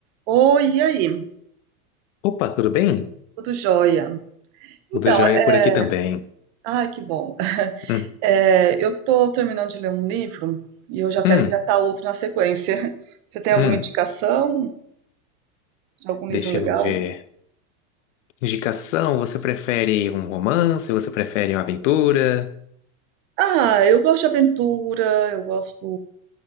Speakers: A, on the right (about 20°); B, on the left (about 55°).
A: Oi, e aí?
B: Opa, tudo bem?
A: Tudo jóia? Então,
B: Tudo jóia
A: é...
B: por aqui também.
A: Ai, que bom.
B: Hum,
A: É, eu tô terminando de ler um livro e eu já quero
B: hum,
A: engatar outro na sequência. <laughs> Você tem alguma
B: hum.
A: indicação de algum livro
B: Deixa
A: legal?
B: eu ver. Indicação, você prefere um romance? Você prefere uma aventura?
A: Ah, eu gosto de aventura, eu gosto